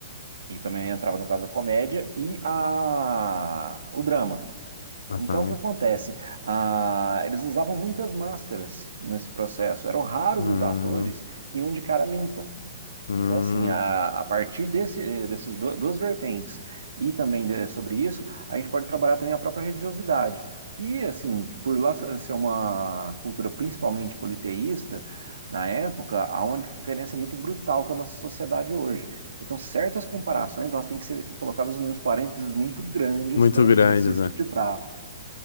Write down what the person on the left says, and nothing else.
aham.
Hum,
hum.
Muito
grandes,
né?